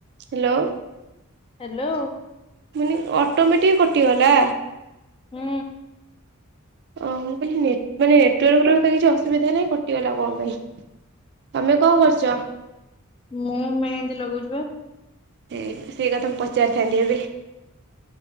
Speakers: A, on the right (about 50°); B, on the left (about 25°).
A: Hello.
B: Hello.
A: ପୁଣି automatic କଟିଗଲା।
B: ହୁଁ।
A: ଓହୋ ମୁଁ କହିଲି ନେଟ ମାନେ ନେଟୱାର୍କ ର କିଛି ଅସୁବିଧା ନାହିଁ କଟିଗଲା କଣ ପାଇଁ। ତମେ କଣ କରୁଚ?
B: ମୁଁ ମେହେନ୍ଦି ଲଗଉଚି ବା।
A: ଏ ସେଇ କଥା ମୁଁ ପଚାରିଥାନ୍ତି ଏବେ।